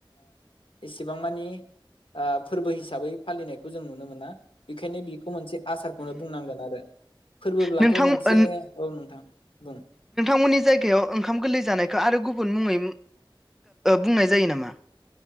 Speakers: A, on the left; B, in the centre.
A: इसेबां मानि फोरबो हिसाबै फालिनायखौ जों नुनो मोना। बेखायनो बेखौ मोनसे आसारखौनो बुंनांगोन आरो। फोरबोब्लाथ'
B: नोंथां
A: मोनसे
B: ओ
A: औ नोंथां बुं
B: जागायाव ओंखार जानायखौ आरो गुबुन मुङै बुंनाय जायो नामा?